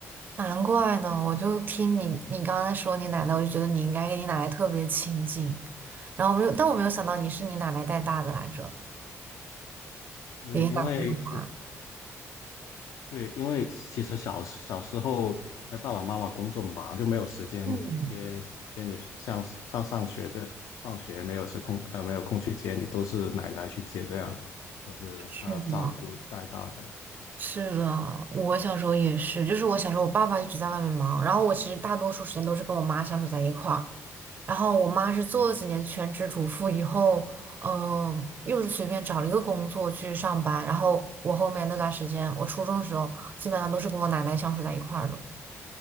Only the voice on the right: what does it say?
难怪呢，我就听你你刚才说你奶奶，我就觉得你应该跟你奶奶特别亲近，然后没有，但我没有想到你是你奶奶带大的来着，
爷爷奶奶带大
嗯，
是的，是的，我小时候也是，就是我小时候我爸爸一直在外面忙，然后我其实大多数时间都是跟我妈相处在一块儿，然后我妈是做了几年全职主妇以后，
嗯、又是随便找了一个工作去上班，然后我后面那段时间，我初中的时候基本上都是跟我奶奶相处在一块儿的。